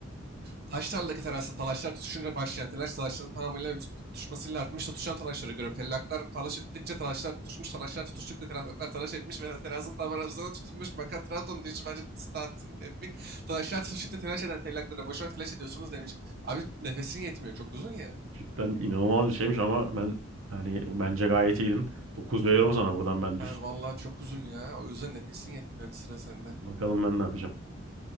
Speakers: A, on the right (about 50°); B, on the right (about 80°).
A: Taş tarladaki terasta talaşlar tutuşunca başlayan telaş talaşların tamamıyla ve büsbütün tutuşmasıyla artmış da tutuşan talaşları görüp tellaklar talaş ettikçe talaşlar tutuşmuş talaşlar tutuştukça tellaklar talaş etmiş ve terazın tabarazına tutunmuş bakan Trabzon'da işi bence diz tahtın tepik. talaşlar tutuştukça telaş eden tellaklara boşuna telaş ediyorsunuz demiş. Abi nefesin yetmiyor çok uzun ya.
B: Cidden inanılmaz bir şeymiş ama ben yani bence gayet iyiydin. 9 veriyorum sana buradan ben
A: Abi
B: düz.
A: vallahi çok uzun ya o yüzden nefesin yetmiyor hadi sıra sende.
B: Bakalım ben ne yapacağım.